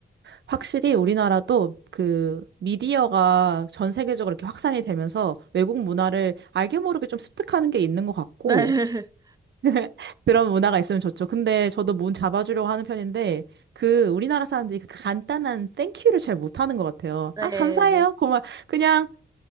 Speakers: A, on the right; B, on the right.
A: 확실히 우리나라도 그 미디어가 전 세계적으로 이렇게 확산이 되면서 외국 문화를 알게 모르게 좀 습득하는 게 있는 것 같고,
B: 네, <laughs>
A: <laughs> 그런 문화가 있으면 좋죠. 근데 저도 문 잡아주려고 하는 편인데, 그, 우리나라 사람들이 그 간단한 땡큐를 잘 못하는 것 같아요.
B: 네,
A: 아, 감사해요.
B: 네.
A: 고마. 그냥